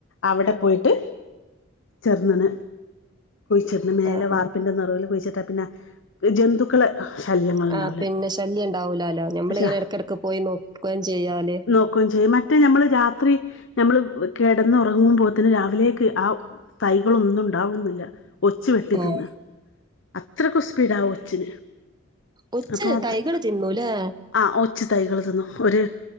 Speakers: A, on the left; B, on the right.
A: അവിടെ പോയിട്ട് ചേർന്നനെ കുഴിച്ച് മേലെ
B: ആ
A: വാർപ്പിന്റെ
B: ആ
A: നെറൂൽ കുഴിച്ചിട്ടാ പിന്നെ ജന്തുക്കളെ ശല്യങ്ങൾ ഉണ്ടാവില്ല
B: ആ പിന്നെ ശല്യം ഇണ്ടാവൂലാല്ലോ? ഞമ്മളിങ്ങനെ
A: പക്ഷെ
B: ഇടക്കിടക്ക് പോയി നോക്കി നോക്കേം ചെയ്യാല്.
A: നോക്കൂം ചെയ്യും മറ്റ് മറ്റേ നമ്മള് രാത്രി. നമ്മള് കിടന്നറങ്ങുമ്പോത്ത്ന് രാവിലേക്ക് ആ തൈകളൊന്നും ഇണ്ടാവുന്നില്ല. ഒച്ച് വെട്ടി
B: ഉം.
A: തിന്നാ. അത്രയ്ക്കും സ്പീഡാ ആ ഒച്ചിന്
B: ഒച്ച്
A: അപ്പൊ അത്
B: തൈകള് തിന്നൂലേ?
A: ആ ഒച്ചു തൈകള് തിന്നു ഒരു